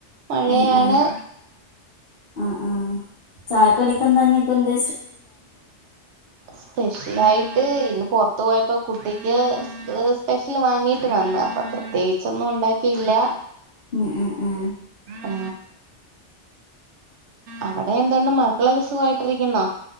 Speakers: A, on the right (about 75°); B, on the left (about 55°).
A: മഴയാണ്
B: ഉം ഉം ആഹ് ചായക്കടിക്കെന്താ ഞ്ഞ് പ്പെന്ത്
A: സ്പെഷ്യലായിട്ട് ഇന്ന് പുറത്ത് പോയപ്പോ കുട്ടിക്ക്- സ്പെഷ്യല് വാങ്ങിട്ട് വന്ന് അപ്പൊ പ്രത്യേകിച്ചൊന്നും ഉണ്ടാക്കിയില്ല
B: ഉം ഉം ഉം
A: ആ അവിടെ എന്തണ്ട് മക്കളൊക്കെ സുഖമായിട്ടിരിക്കുന്നോ